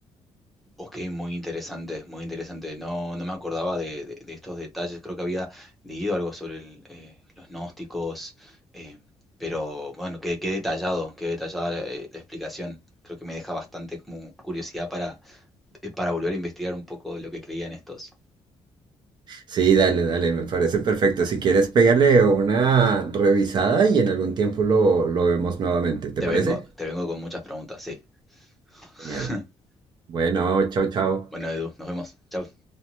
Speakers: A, in the centre; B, on the right.
A: ok, muy interesante, muy interesante. No, no me acordaba de, de- de estos detalles. Creo que había leído algo sobre el, eh, los gnósticos, eh, pero bueno, qué, qué detallado, qué detallada la, eh, la explicación. Creo que me deja bastante como curiosidad para, eh, para volver a investigar un poco de lo que creían estos.
B: Sí, dale, dale, me parece perfecto. Si quieres, pégale una revisada y en algún tiempo lo, lo vemos nuevamente. ¿Te
A: Te
B: parece?
A: vengo, te vengo con muchas preguntas, sí. <laughs>
B: Genial. Bueno, chao, chao.
A: Bueno, Edu, nos vemos. Chao.